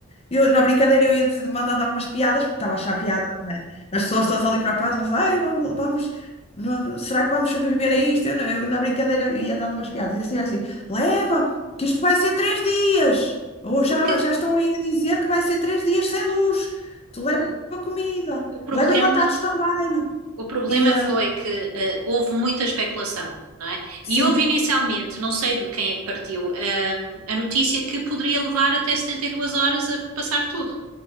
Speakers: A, on the left (about 30°); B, on the right (about 80°).
A: Eu, na brincadeira eu ia dizer- mandando algumas piadas, porque estava a achar piada, não é? As pessoas todas ali para a paz, mas ai, vamos, vamos não- será que vamos sobreviver a isto? Eu, na eu na brincadeira ia dando umas piadas. E a senhora assim, leva, que isto vai ser três dias. Ou já,
B: Porque
A: já estão aí a dizer que vai ser três dias sem luz. Tu
B: o,
A: leva a comida,
B: o problema,
A: leva enlatados também.
B: o problema
A: E, hum,
B: foi que eh, houve muita especulação, não é?
A: sim,
B: E houve inicialmente, não sei de quem é que partiu, ehm, a notícia que poderia levar até 72 horas a passar tudo.